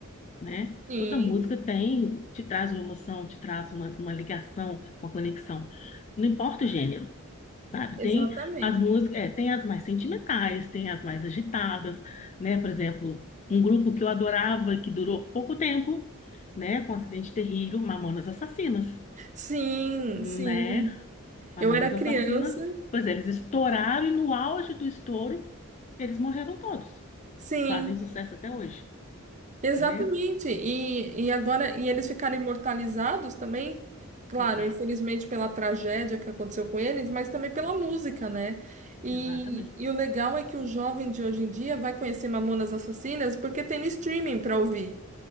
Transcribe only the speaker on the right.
Sim,
exatamente.
Sim,
sim.
Eu era criança,
sim.
Exatamente.
E, e agora, e eles ficaram imortalizados também, claro,
infelizmente pela tragédia que aconteceu com eles, mas também pela música, né? E,
e o legal é que o jovem de hoje em dia vai conhecer Mamonas Assassinas porque tem no streaming para ouvir.